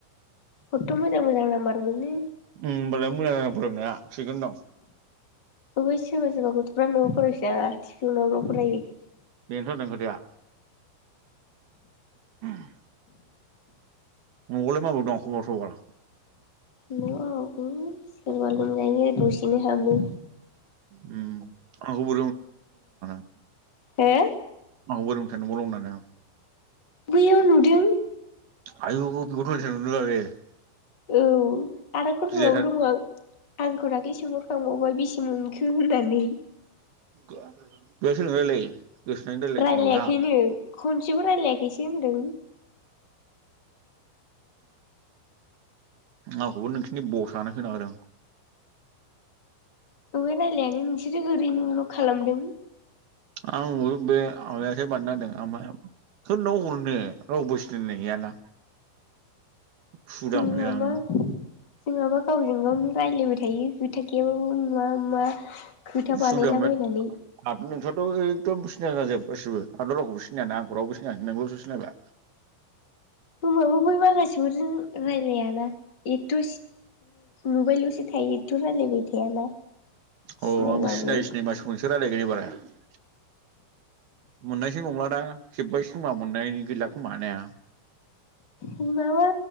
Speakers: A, on the left (about 25°); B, on the right (about 60°).
A: हथ' मोजां मोजां नाम्बार मोनो
B: होमबालाय मोजां जादों फोरोंनाया थिगोन दं।
A: बै सोरबा सोरबा गथ'फ्रा न'आव फरायफै नाना तिउसनावल' फरायो।
B: बेनोथ जादों खोथाया <inaudible> न'आवलाय माब्रै दं खबर सबर।
A: न'आव सोरबा लोमजायो दसेनो हामो।
B: उम आंबो <unintelligible>
A: हो
B: <unintelligible> दं होननानै आं
A: बै नुदों
B: आयु <unintelligible>
A: औ आरो खरफ्रबाबो
B: गिलायथार
A: दङ आं आंखौ दाख्लै सोंहरखांबाव बेसे मोनखो होननानै
B: बेलाय सोरजों रायलायो? गोसोनानै रायलायो
A: रायलायाखैनो
B: खोमा बेहा
A: खनसेबो रायलायाखैसो होनदों।
B: आंखौबो नोंसिनि बसनो खोथा होदों।
A: रायलायानो नोंसोरो ओरैनोल' खालामदों।
B: आंबो बे आमायासो बानायना होदों आं माने सोरनो हरनो रावबो सिनायनाय गैयाना उसुबिदा
A: जोंनाबा
B: मोनलायलाङो
A: जोंहाबा गावजों गावनो रायलायबाय थायो। खोथा गैयाबाबो मा मा खोथा
B: उसुबिदामोन
A: बानायलाबायनानै
B: दाथ' नोंसोरथ' एदम सिना जाना जोब गासिबो आंथ' रावखौबो सिनायाना आंखौ रावबो सिनाया नोंल'सो सिनायबाय
A: होमाबो बै माखासेफोरजों रायलायाना एथ' नुबायल'सो थायो एथ' रायलायबाय थायाना
B: अ
A: सिनायबाबो
B: आं सिनायै सिनायै माससिजोंसो रायलायगोन एबारहाय मोननायसो नंला दा जोब्बायसोगोमब्ला मोननायनि गैला खोमानो
A: होमबा